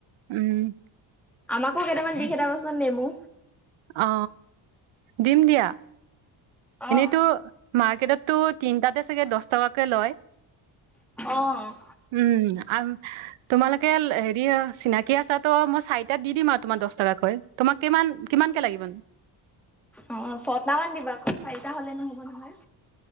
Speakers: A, on the right (about 80°); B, in the centre.
A: উম,
B: আমাকো কেইটামান দি খেদবাচোন নেমু।
A: অ, দিম দিয়া
B: অ
A: এনেইতো মাৰ্কেটত টো তিনটাতে চাগে দহ টকাকে লয়।
B: অহ ',
A: উম তোমালোকে হেৰি চিনাকি আছা তো মই চাৰিটাত দি দিম আৰু তোমাৰ দহ টকাকৈ। তোমাক কিমান-কিমান কে লাগিব।
B: অ, ছট মান দিবা আকৌ চাৰিটা হলে নহ'ব নহয়।